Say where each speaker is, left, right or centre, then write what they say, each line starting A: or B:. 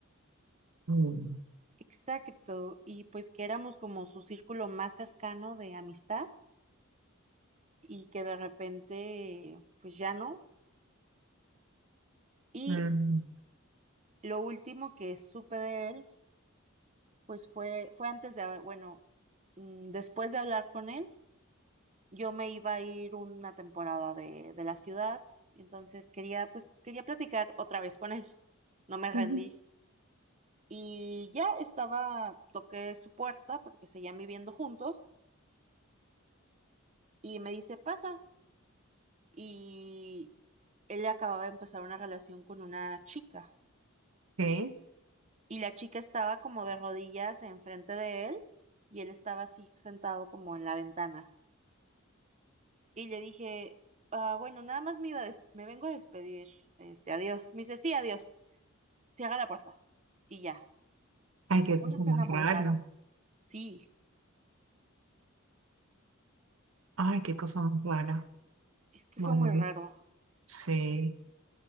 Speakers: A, on the right; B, on the right.
A: Mm.
B: Exacto, y pues que éramos como su círculo más cercano de amistad y que de repente pues ya no. Y
A: Mm.
B: lo último que supe de él pues fue, fue antes de, ah, bueno, mm, después de hablar con él, yo me iba a ir una temporada de, de la ciudad, entonces quería pues quería platicar otra vez con él, no me rendí.
A: Ujú.
B: Y ya estaba, toqué su puerta porque seguían viviendo juntos Y me dice, pasa. Y él acababa de empezar una relación con una chica.
A: Ok.
B: Y la chica estaba como de rodillas enfrente de él y él estaba así sentado como en la ventana. Y le dije, "Ah, bueno, nada más me iba a des- me vengo a despedir, este, adiós. Me dice, sí, adiós. Cierra la puerta. Y ya. O
A: Ay,
B: sea,
A: qué
B: fue
A: cosa
B: una escena
A: más
B: muy
A: rara.
B: rara. Sí,
A: Ay, qué cosa más rara.
B: es que
A: Bueno,
B: fue muy raro.
A: sí.